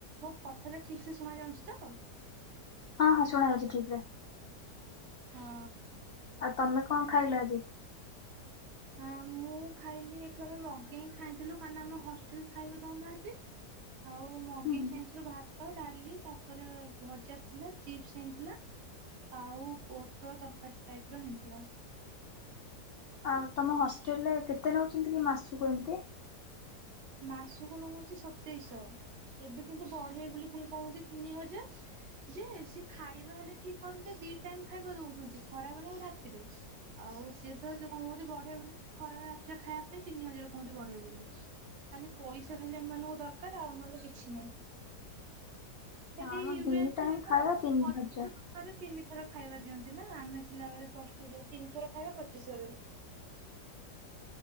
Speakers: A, on the right (about 45°); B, on the left (about 80°).
A: କଟ୍-କଥାଟା ଠିକ୍ ସେ ଶୁଣା ଯାଉଛି ତ?
B: ହଁ ହଁ ଶୁଣାାଯାଉଛି ଠିକ୍ ରେ।
A: ହଁ।
B: ଆଉ ତମେ କଣ ଖାଇଲ ଆଜି?
A: ହଁ, ମୁଁ ମୁଁ ଖାଇଲି ଏଠୁ ଆମେ ମଗେଇଁ କି ଖାଇଥିଲୁ କାହିଁକିନା, ଆମ ହଷ୍ଟେଲ ଖାଇବାକୁ ଦଉନାହାଁନ୍ତି। ଆଉ ମଗେଁଇକି
B: ହୁଁ ହୁଁ
A: ଆଣିଥିଲୁ ଭାତ, ଡ଼ାଲି ତାପରେ ଭଜା ଥିଲା ଚିପ୍ସ ହେଇଁଥିଲା। ଆଉ ପୋଟୋଳ ତରକାରୀ ଟାଇପ୍ର ହେଇଥିଲା।
B: ଆଉ ତମ ହଷ୍ଟେଲ ରେ କେତେ ନେଉଛନ୍ତି କି ମାସକୁ ଏମତି?
A: ମାସକୁ ନଉନ୍ତି, ସତେଇଶହ ଏବେ କିନ୍ତୁ ବଢ଼େଇବେ ବୋଲି ପୁଣି କହୁନ୍ତି ବୋଲି ତିନି ହଜାର। ଯେ ସେ ଖାଇବା ହେଲେ ଠିକ୍ କରନ୍ତେ ଦି ଟାଇମ ଖାଇବା ଦଉଛନ୍ତି, ଖରା ବେଳେ ଆଉ ରାତିରେ। ଆଉ ସିଏ ତ ଯେ କଣ କହୁଚି, ବଢ଼େଇବେ ବୋଲି ଖରା ରାତିରେ ଖାଇବା ପାଇଁ ତିନି ହଜାର କୁହନ୍ତି, ବଢ଼େଇବେ ବୋଲି। ଖାଲି ପଇସା ଖାଲି ଏମାନଙ୍କୁ ଦରକାର ଆଉ ନହେଲେ କିଛି ନାହିଁ। ସେଠି
B: ନା ଆମ
A: ୟୁ
B: ଦି
A: ଏନ
B: ଟାଇମ
A: ସିରେ
B: ଖାଇବା
A: ତ
B: ତିନି
A: ଅଠ
B: ହଜାର
A: <inaudible> ଟଙ୍କାରେ ତିନି ଥର ଖାଇବା ଦିଅନ୍ତି ନା ଆମେ ଥିଲାବେଳେ ପ୍ଲସ ଟୁ ରେ ତିନି ଥର ଖାଇବା ପଚିଶ ଶରେ। <inaudible>